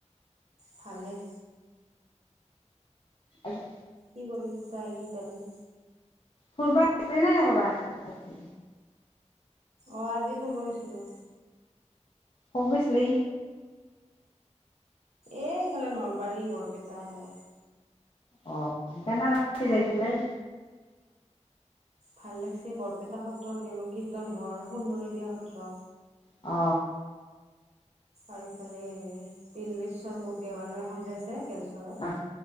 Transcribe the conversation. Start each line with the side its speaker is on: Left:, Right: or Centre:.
Right: ভালেই।
Left: আৰু
Right: কি কৰিছা এই কিতানি
Left: ফুৰিব গলি নে নাই ক'ৰবাত? আজি
Right: অ আজি ফুৰিব গৈছিলো
Left: কত গৈছিলি
Right: এ এইফালে নলবাৰী বৰপেটা এনেকে
Left: অ কেনে লাগছে যাই পেলাই
Right: ভাল লাগিছে বৰপেটা সত্ৰত গলো কীৰ্তন ঘৰ সুন্দৰী দিয়া সত্ৰ
Left: অ
Right: আৰু ইফালে তিলেশ্বৰ দেৱালয় এখন যে আছে বেলচৰত
Left: আহ